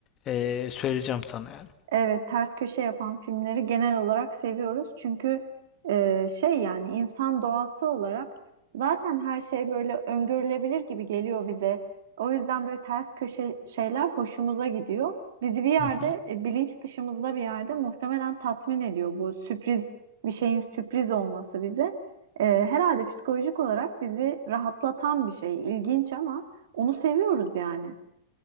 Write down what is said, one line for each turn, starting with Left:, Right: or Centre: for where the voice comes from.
Left: eee, söyleyeceğim sana yani.
Right: Evet, ters köşe yapan filmleri genel olarak seviyoruz. Çünkü e, şey yani insan doğası olarak zaten her şey böyle öngörülebilir gibi geliyor bize. O yüzden böyle ters köşe şeyler hoşumuza gidiyor. Bizi bir yerde
Left: Hı hı.
Right: e, bilinç dışımızda bir yerde muhtemelen tatmin ediyor bu sürpriz bir şeyin sürpriz olması bize. E, herhalde psikolojik olarak bizi rahatlatan bir şey. İlginç ama onu seviyoruz yani.